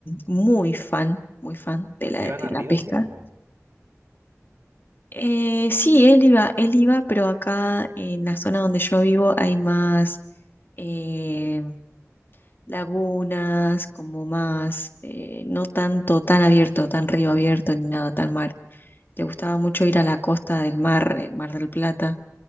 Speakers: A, on the left; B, on the right.
A: muy fan, muy fan de la,
B: ¿Iban
A: de
B: a río,
A: la pesca.
B: sí? ¿O
A: Eh, sí, él iba, él iba, pero acá en la zona donde yo vivo hay más eh, lagunas, como más, eh, no tanto tan abierto, tan río abierto ni nada tan mar. Le gustaba mucho ir a la costa del mar, el Mar del Plata,